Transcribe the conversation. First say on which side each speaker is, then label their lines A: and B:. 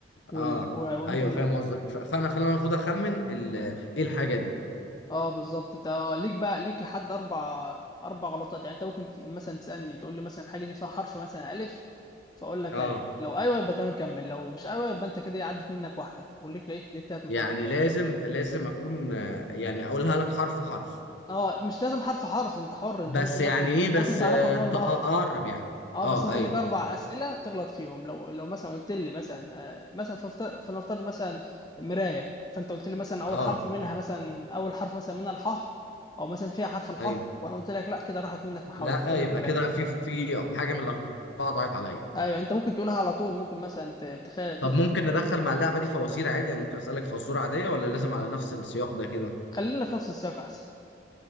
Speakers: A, on the left; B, on the left.
A: وال...
B: اه
A: و... وأنت
B: ايوه
A: اللي
B: فاهم قصدك ف- فانا فانا المفروض اخمن ال- ايه الحاجه دي
A: <laughs> أه بالظبط أنت أه ليك بقى ليك لحد أربع أربع غلطات يعني أنت ممكن ت- مثلا تسألني تقول لي مثلا الحاجة دي فيها حرف مثلا ألف فأقول لك
B: اه
A: أيوه لو أيوه يبقى تمام كمل لو مش أيوه يبقى أنت كده إيه، عدت منك واحدة وليك إيه ليك تلات محاولات
B: يعني
A: تاني
B: لازم لازم اكون آه، يعني اقولها لك حرف حرف
A: أه مش لازم حرف حرف أنت حر أنت
B: بس
A: ممكن
B: يعني
A: مثلا
B: ايه بس
A: ممكن تعرفها
B: آه،
A: من أول
B: تقرب
A: مرة
B: يعني
A: اه
B: اه
A: بس انت
B: ايوه
A: ليك اربع اسئله تغلط فيهم لو لو مثلا قلت لي مثلا آه، مثلا ففت- فلنفترض مثلا مرايه فانت قلت لي مثلا اول
B: اه
A: حرف منها مثلا اول حرف مثلا منها الحاء او مثلا فيها حرف الحاء
B: ايوه
A: وانا قلت لك لا كده راحت منك محاوله
B: لا
A: فاضل
B: يبقى
A: لك ثلاثه
B: كده في في حاجه من الاربعه ضاعت عليا
A: ايوه انت ممكن تقولها على طول ممكن مثلا ت- تخ... ت-
B: طب ممكن ندخل مع اللعبة دي فوازير عادي يعني ممكن أسألك فزورة عادية ولا لازم على نفس السياق ده كده
A: خلينا في نفس السياق احسن